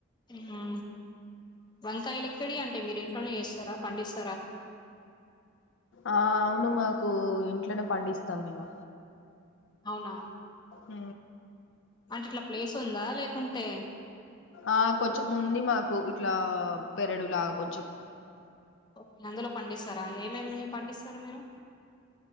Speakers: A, on the left (about 20°); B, on the left (about 65°).
A: ఆహా వంకాయలెక్కడియ్ అంటే మీరు ఇంట్లోనే చేస్తారా పండిస్
B: ఆ అవును మాకు ఇంట్లనే పండిస్ తం మేము
A: అవునా
B: ఊ
A: అంటే ఇట్ల ప్లేస్ ఉందా లేకుంటే
B: ఆ కొంచెం ఉంది మాకు ఇట్లా పెరడులాగా కొంచెం
A: ఓకే అందులో పండిస్తరా ఏమేమి పండిస్తరు మీరు